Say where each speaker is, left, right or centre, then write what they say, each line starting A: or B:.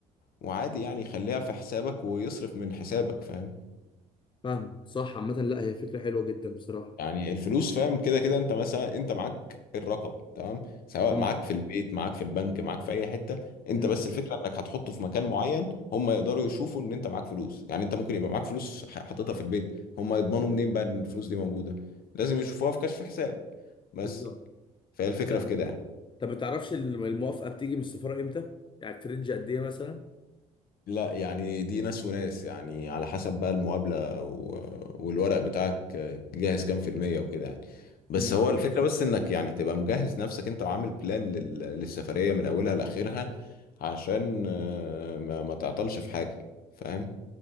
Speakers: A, on the left; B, on the left.
A: وعادي يعني يخليها في حسابك ويصرف من حسابك فاهم
B: فاهم صح عامه لا هي فكره حلوه جدا بصراحه
A: يعني الفلوس فاهم كده كده انت مثلا انت معاك الرقم تمام سواء
B: امم
A: معاك في البيت معاك في البنك معاك في اي حته انت
B: امم
A: بس الفكره انك هتحطه في مكان معين هم يقدروا يشوفوا ان انت معاك فلوس يعني انت ممكن يبقى معاك فلوس ح- حاططها في البيت هم يضمنوا منين بقى ان الفلوس دي موجوده لازم يشوفوها في كشف حساب بس
B: بالظبط
A: فهي الفكره
B: لا
A: في كده يعني
B: طب ما تعرفش الموافقه بتيجي من السفاره امتى؟ يعني في رينج قد ايه مثلا؟
A: لا يعني دي ناس وناس يعني على حسب بقى المقابلة و... والورق بتاعك جاهز كام في المية وكده يعني بس
B: امم
A: هو الفكرة بس انك يعني تبقى مجهز نفسك انت وعامل بلان لل... للسفرية من اولها لاخرها عشان آه، ما... ما تعطلش في حاجة فاهم